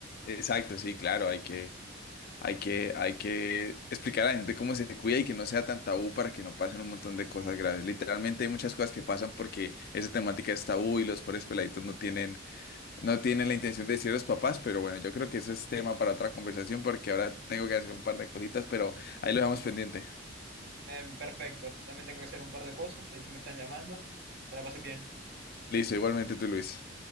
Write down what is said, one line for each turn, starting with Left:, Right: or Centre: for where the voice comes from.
Left: exacto, sí, claro, hay que... Hay que, hay que explicar a la gente cómo se cuida y que no sea tan tabú para que no pasen un montón de cosas graves. Literalmente hay muchas cosas que pasan porque esa temática es tabú y los pobres peladitos no tienen, no tienen la intención de decir a los papás, pero bueno, yo creo que eso es tema para otra conversación porque ahora tengo que hacer un par de cositas, pero ahí lo dejamos pendiente.
Right: Eh, perfecto, también tengo que hacer un par de cosas, de hecho me están llamando. Que la pases bien.
Left: Listo, igualmente tú, Luis.